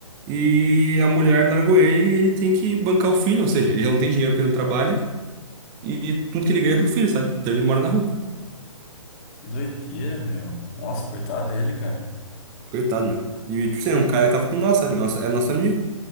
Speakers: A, on the right (about 20°); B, on the left (about 25°).
A: E a mulher largou ele e ele tem que bancar o filho. Ou seja, ele não tem dinheiro porque ele não trabalha. E tudo que ele ganha é pro filho, sabe? Então ele mora na rua.
B: Que doideira, meu. Nossa, coitado dele, cara.
A: Coitado, meu. E, tipo assim, é um cara que tava com nós, sabe? Nossa, é nosso amigo.